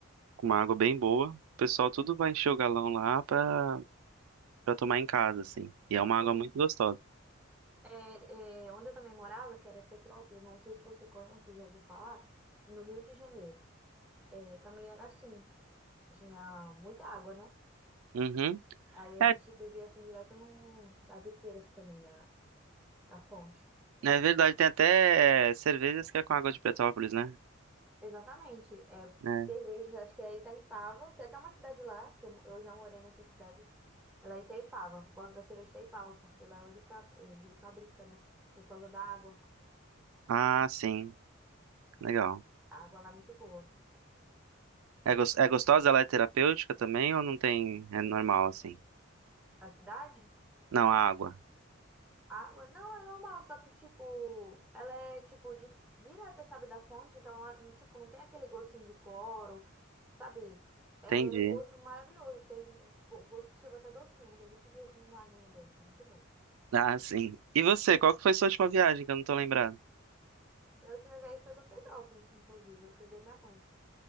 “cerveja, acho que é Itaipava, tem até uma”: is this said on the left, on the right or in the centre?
Centre